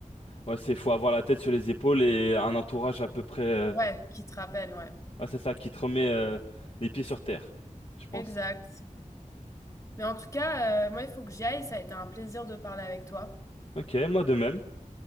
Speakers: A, on the left; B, on the left.
A: Ouais, c'est faut avoir la tête sur les épaules et un entourage à peu près. euh,
B: Ouais, qui te rappelle, ouais.
A: ouais, c'est ça qui te remet euh, les pieds sur terre, je pense.
B: Exact. Mais en tout cas, euh, moi, il faut que j'y aille. Ça a été un plaisir de parler avec toi.
A: Ok, moi de même.